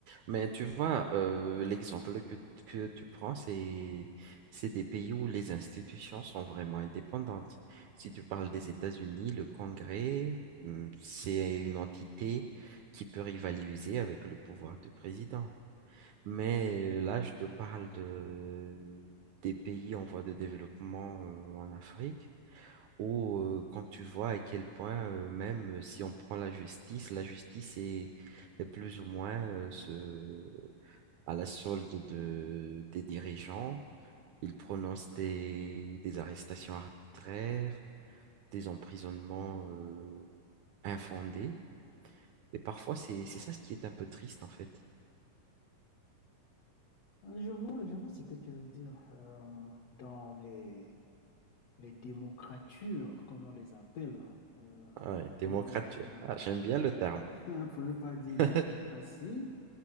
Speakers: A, on the right; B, on the left.
A: Mais tu vois, euh, l'exemple que, que tu prends, c'est, c'est des pays où les institutions sont vraiment indépendantes. Si tu parles des États-Unis, le Congrès, hum, c'est une entité qui peut rivaliser avec le pouvoir du président. Mais euh, là, je te parle de, des pays en voie de développement euh, en Afrique, où euh, quand tu vois à quel point, euh, même si on prend la justice, la justice est, est plus ou moins euh, ce à la solde de, des dirigeants. Ils prononcent des, des arrestations arbitraires, des emprisonnements euh, infondés. Et parfois, c'est, c'est ça ce qui est un peu triste, en fait.
B: Euh, Je vois, je vois ce que tu veux dire. Euh, dans les, les démocratures, comme on les appelle, euh,
A: Ah ouais, démocrature.
B: ne pas dire.
A: Ah, j'aime bien le terme.
B: euh, <laughs> Pour ne pas dire
A: <laughs>
B: démocratie,